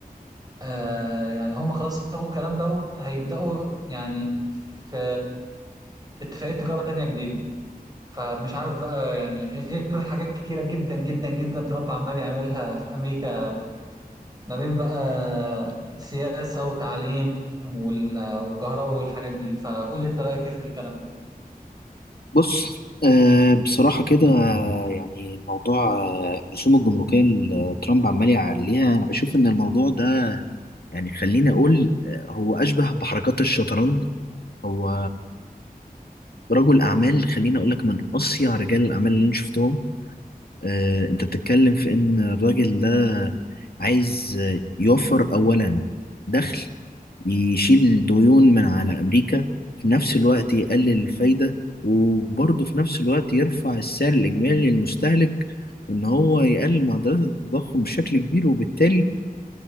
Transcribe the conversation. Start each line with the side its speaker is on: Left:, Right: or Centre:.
Right: آه يعني هم خلاص سابوا الكلام ده وهيبدأوا يعني في اتفاقية تجارة تانية جديدة فمش عارف بقى يعني غير حاجات كتيرة جدا جدا جدا ترامب عمال يعملها في أمريكا ما بين بقى سياسة وتعليم وال- والكهرباء والحاجات دي فقول لي انت رأيك ايه في الكلام ده
Left: بص آه، بصراحة كده يعني موضوع آه، الرسوم الجمركية اللي ترامب عمال يعليها أنا بشوف إن الموضوع ده يعني خليني أقول آه، هو أشبه بحركات الشطرنج هو رجل أعمال خليني أقول لك من أصيع رجال الأعمال اللي أنا شفتهم آه، انت بتتكلم في ان الراجل ده عايز آه، يوفر اولا دخل يشيل ديون من على امريكا في نفس الوقت يقلل الفايدة وبرضه في نفس الوقت يرفع السعر الاجمالي للمستهلك وان هو يقلل معدلات التضخم بشكل كبير وبالتالي